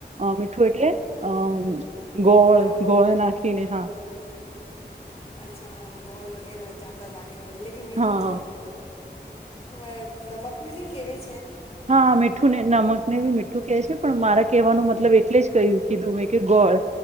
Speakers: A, on the right; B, on the left.
A: મીઠું એટલે અ ગોળ
B: નમક
A: ગોળ નાખીને હા
B: અચ્છા હા ગોલ વગેરા જદા <unintelligible> <unintelligible> મીઠું
A: હા
B: તો. હ નમકનીથી કેવી
A: હા મીઠું ને નમકને <unintelligible> મીઠું <unintelligible> છે. પણ મારા કહેવાનો મતલબ એટલે જ કહ્યું. કીધું મેં કે ગોળ